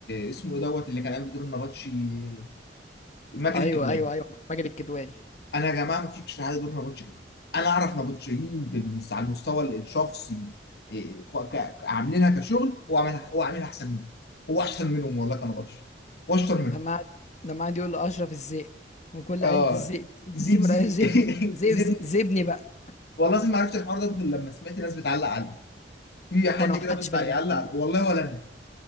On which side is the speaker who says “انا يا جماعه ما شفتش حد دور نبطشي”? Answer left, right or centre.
Left